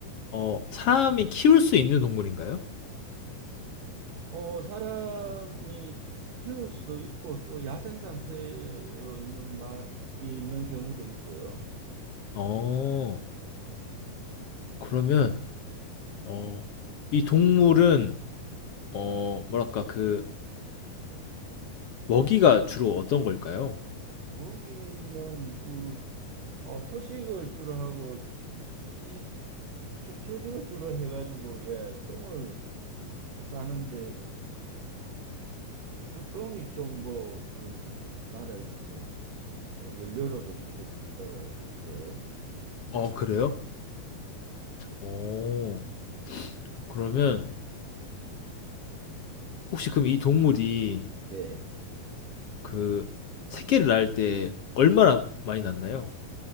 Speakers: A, on the left; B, on the right.
A: 어, 사람이 키울 수 있는 동물인가요?
B: 어, 사람이 키울 수도 있고 또 야생 상태로 있는 말이 있는 경우도 있고요.
A: 어, 그러면, 어, 이 동물은, 어, 뭐랄까, 그, 먹이가 주로 어떤 걸까요?
B: 모기는 그 어, 초식을 주로 하고 이 초, 초식을 주로 해가지고 예 똥을 싸는데 그 똥이 좀 뭐 어떤 나라에서는 뭐 연료로도 쓰고 그런다고 그래요.
A: 어, 그래요? 어, 그러면, 혹시 그럼 이 동물이,
B: 네.
A: 그, 새끼를 낳을 때 얼마나 많이 낳나요?